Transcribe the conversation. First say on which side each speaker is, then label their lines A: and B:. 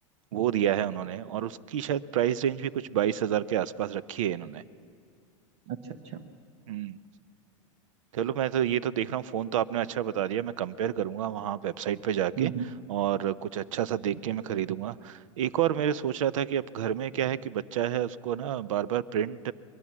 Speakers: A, on the right (about 80°); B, on the right (about 65°).
A: वो दिया है उन्होंने और उसकी शायद प्राइस रेंज भी कुछ बाईस हज़ार के आसपास रखी है इन्होंने
B: अच्छा अच्छा
A: हम्म चलो मैं तो ये तो देख रहा हूँ फोन तो आपने अच्छा बता दिया मैं कंपेयर करूंगा वहाँ वेबसाइट पे जाके
B: हम्म हम्म,
A: और कुछ अच्छा सा देख के मैं खरीदूंगा एक और मेरे सोच रहा था कि अब घर में क्या है कि बच्चा है उसको ना बार बार प्रिंट